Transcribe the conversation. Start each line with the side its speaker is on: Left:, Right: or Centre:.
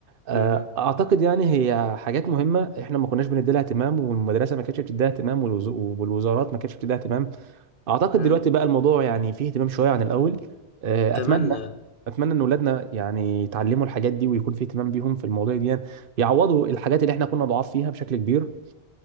Right: آه،
Left: م-
Right: اعتقد يعني هي حاجات مهمه احنا ما كناش بندي لها اهتمام والمدرسه ما كانتش بتديها اهتمام والوز- والوزارات ما كانتش بتديها اهتمام اعتقد
Left: م.
Right: دلوقتي بقى الموضوع يعني فيه اهتمام شويه عن الاول آه،
Left: أتمنى
Right: اتمنى اتمنى ان اولادنا يعني يتعلموا الحاجات دي ويكون في اهتمام بيهم في المواضيع دي يعني. يعوضوا الحاجات اللي احنا كنا ضعاف فيها بشكل كبير